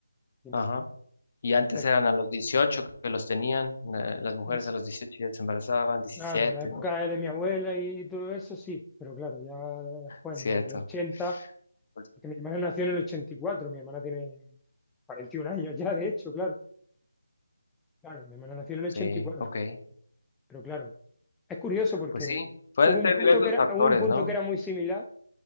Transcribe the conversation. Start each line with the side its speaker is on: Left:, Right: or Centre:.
Centre: y no,
Left: Ajá. Y antes
Centre: entonces,
Left: eran a los 18 que los tenían, eh, las mujeres
Centre: es,
Left: a los 18 ya se embarazaban, 17,
Centre: claro, la época
Left: no sé.
Centre: de mi abuela y todo eso, sí, pero claro, ya después,
Left: Cierto.
Centre: ¿no? El ochenta
Left: Pues,
Centre: porque mi hermana nació en el ochenta y cuatro mi hermana tiene 41 años ya, de hecho, claro, claro, mi hermana nació en el
Left: sí,
Centre: ochenta y cuatro
Left: ok.
Centre: pero claro, es curioso porque
Left: Pues sí, Pueden
Centre: hubo un
Left: ser
Centre: punto
Left: diversos
Centre: que era,
Left: factores,
Centre: hubo un punto
Left: ¿no?
Centre: que era muy similar,